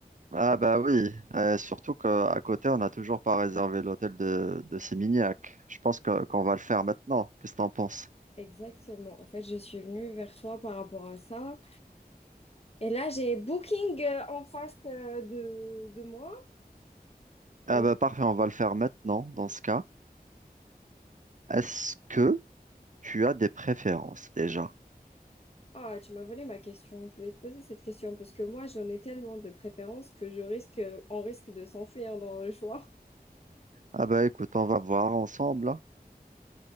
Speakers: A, on the right; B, on the left.
A: Ah bah oui, euh, surtout qu'à côté, on n'a toujours pas réservé l'hôtel de, de Sémignac. Je pense que- qu'on va le faire maintenant. Qu'est-ce que t'en penses?
B: Exactement. En fait, je suis venue vers toi par rapport à ça. Et là, j'ai Booking euh, en face euh, de, de moi.
A: Ah
B: Et
A: bah parfait, on va le faire maintenant dans ce cas. Est-ce que tu as des préférences déjà?
B: ah, tu m'as volé ma question. Je voulais te poser cette question parce que moi, j'en ai tellement de préférences que je risque, on risque de s'enfuir dans le choix.
A: Ah bah écoute, on va voir ensemble. hein.